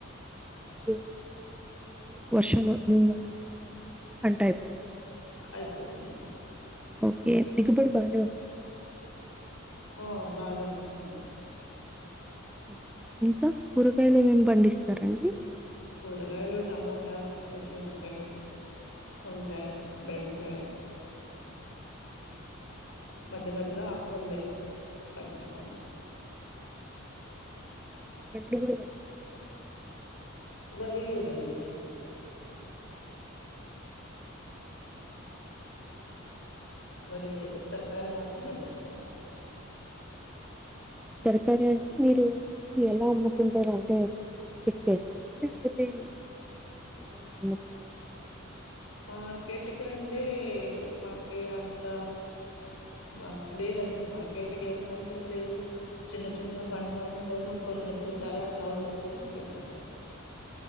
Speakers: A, in the centre; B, on the left (about 75°).
A: ఓ మూ నాలుగు వర్షం మూ నాలుగు సార్లు వర్షం వస్తే పంట అయిపోతుంది
B: అయిపోతుందం
A: ఓకే దిగుబడి బానే వస్తుం
B: ఆ బానే వస్తుందండి.
A: ఓకే ఇంకా కూరగాయలు ఏమేమి పండిస్తారండి?
B: కూరగాయలు టమోటా, పచ్చిమిరపకాయ్, వంకాయ్, బెండకాయ్ మధ్య మధ్యలో ఆకూరలే పండిస్తాంటం
A: ఓకే. పండ్లు గుడా పండిస్తారా? అండి మీరు?
B: వరి లేదండి.
A: ఓకే
B: వరి లేదు తరకారి మాత్రం పండిస్తాంటం.
A: తరకారి అంటే మీరు ఎలా అమ్ముకుంటారు అంటే మార్కెట్ కేస్తారా లేకపోతే ఎలా అంటే ఎలా అమ్ముకుంటారు?
B: మార్కెట్ కంటే మాకి అంత మా లేదండి మార్కెట్ కేసేఅంత లేదు. చిన్న చిన్న బండ్ల మీద నూక్కొని వెళ్తుంటారే అట్ల వాళ్ళు వచ్చి తీసుకెళ్తరండి.